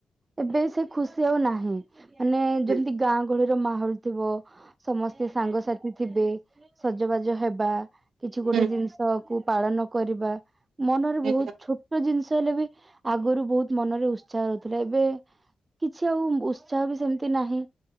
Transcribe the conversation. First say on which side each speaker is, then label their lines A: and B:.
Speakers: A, on the right (about 25°); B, on the right (about 75°).
A: ଏବେ ସେ ଖୁସି ଆଉ ନାହିଁ ମାନେ
B: ହୁଁ
A: ଯେମିତି ଗାଁ ଗହଳିର ମାହୋଲ ଥିବ। ସମସ୍ତେ ସାଙ୍ଗସାଥି ଥିବେ ସଜବାଜ ହେବା କିଛି ଗୋଟେ
B: ହୁଁ
A: ଜିନିଷକୁ ପାଳନ କରିବା ମନରେ
B: ହୁଁ
A: ବହୁତ ଛୋ ଛୋଟ ଜିନିଷ ହେଲେ ବି ଆଗରୁ ବହୁତ ମନରେ ଉତ୍ସାହ ରହୁଥିଲା। ଏବେ କିଛି ଆଉ ଉତ୍ସାହ ବି ସେମିତି ନାହିଁ